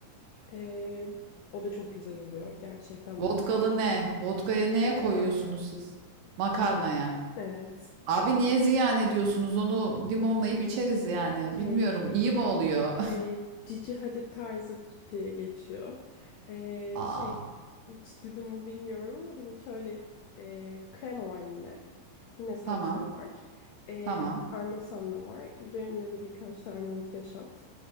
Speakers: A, on the left; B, on the right.
A: ee, o da çok güzel oluyor. Gerçekten
B: Vodkalı
A: bu
B: ne? Vodkaya neye
A: makarna.
B: koyuyorsunuz siz? Makarnaya.
A: Evet.
B: Abi niye ziyan ediyorsunuz? Onu limonlayıp içeriz yani.
A: Şey,
B: Bilmiyorum. iyi mi oluyor?
A: e, Cici Hadid tarzı diye geçiyor. Ee,
B: <laughs> Aa,
A: şey, hiç duydun mu bilmiyorum ama hani şöyle e, krema var yine. Yine salça
B: tamam.
A: var. Ee,
B: Tamam.
A: parmesan da var. Üzerinde de birkaç tane vodka shot.